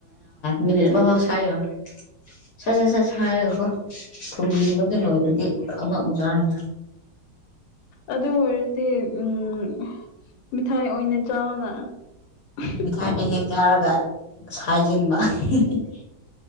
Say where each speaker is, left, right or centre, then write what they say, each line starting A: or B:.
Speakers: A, on the left (about 65°); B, on the left (about 85°).
A: ꯃꯤ ꯁꯔ ꯁꯠ ꯁꯠ ꯁꯠ ꯍꯥꯏꯔꯒꯀꯣ ꯊꯨꯝꯕꯗꯨ ꯂꯣꯏꯕꯒꯤ ꯑꯃ ꯑꯃꯖꯥꯔꯅꯦ
B: ꯑꯗꯨ ꯑꯣꯏꯔꯗꯤ ꯎꯝ ꯃꯤꯊꯥꯏ ꯑꯣꯏꯅ ꯆꯥꯎꯅ <unintelligible>
A: ꯃꯤꯊꯥꯏꯃ ꯍꯦꯛ ꯆꯥꯔꯒ ꯁꯥꯏꯖꯤꯟꯕ <unintelligible>